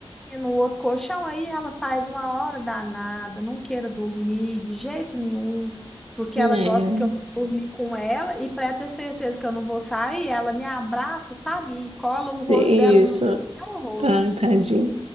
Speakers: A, in the centre; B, on the right.
A: dormindo no outro colchão, aí ela faz uma hora danada, não queira dormir de jeito nenhum, porque
B: É,
A: ela gosta que eu dormir com ela e para ter certeza que eu não vou sair, ela me abraça, sabe? E cola o rosto
B: isso.
A: dela no no meu rosto.
B: Ai, tadinho.